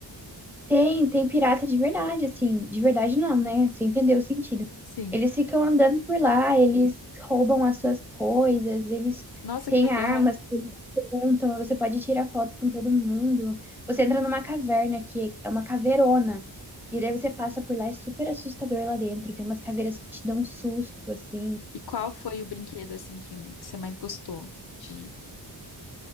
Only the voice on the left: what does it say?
Sim.
Nossa,
que legal.
E qual foi o brinquedo, assim, que você mais gostou de.